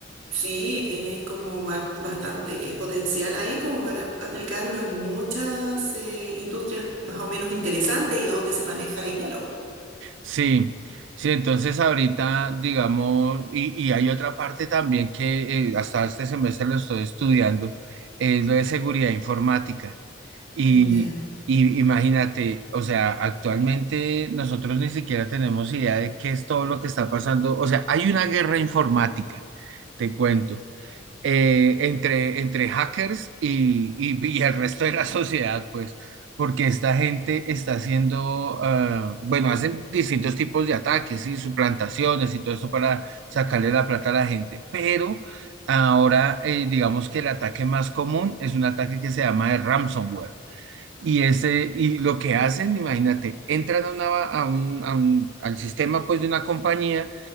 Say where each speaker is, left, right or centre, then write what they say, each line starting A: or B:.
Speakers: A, on the right (about 80°); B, on the right (about 65°).
A: Sí, tiene como ba- bastante potencial ahí como para aplicarlo en muchas eh, industrias más o menos interesantes y donde se maneja dinero.
B: Sí, sí, entonces ahorita, digamos, y, y hay otra parte también que eh, hasta este semestre lo estoy estudiando, es lo de seguridad informática. Y,
A: Mm, ya.
B: y imagínate, o sea, actualmente nosotros ni siquiera tenemos idea de qué es todo lo que está pasando. O sea, hay una guerra informática, te cuento. eh, entre, entre hackers y, y- y el resto de la <laughs> sociedad, pues, porque esta gente está haciendo, ah, bueno, hacen distintos tipos de ataques y suplantaciones y todo eso para sacarle la plata a la gente, pero ahora eh, digamos que el ataque más común es un ataque que se llama de ransomware. Y, ese, y lo que hacen, imagínate, entran a una, a un, a un- al sistema pues, de una compañía